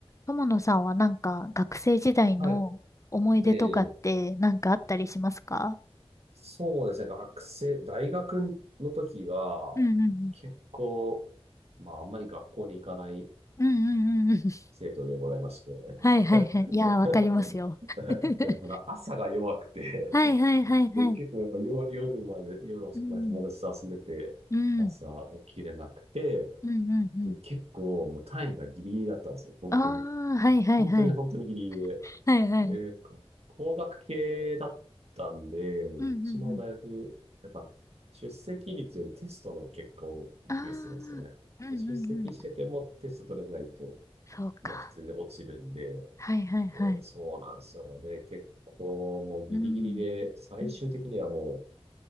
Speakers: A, on the left; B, on the right.
A: 友野さんはなんか学生時代の思い出とかってなんかあったりしますか
B: はい。ええ、そうですね。学生、大学の時は、
A: うんうん
B: 結構、まあ、あんまり学校に行かない
A: うん。うんうんうんうん。
B: 生徒でございまして。
A: <laughs>
B: <laughs>
A: はいはいはい。いやー、わかりますよ。<laughs>
B: やっぱ朝が弱くて
A: はいはいはいはい。
B: <laughs> で、結構やっぱ夜、夜まで、夜遅くまで友達と遊んでて、
A: うん。うん。
B: 朝起きれなくて、
A: うんうんうん。
B: で、結構もう単位がギリギリだったんですよ。本当に。
A: ああ、はいはいはい。
B: 本当に本当にギリギリ
A: はいはい。
B: えーこ工学系だったんで、うちの大学、
A: うんうんうん。
B: やっぱ出席率よりテストの結果を重視するんですよね。
A: ああ、うんうんうん。
B: で出席しててもテスト取れないと、
A: そうか。
B: まあ普通に落ちるんで、
A: はいはいはい。
B: で、そうなんですよ。で、結構もうギリギリで、
A: うん。
B: 最終的にはもう
A: うん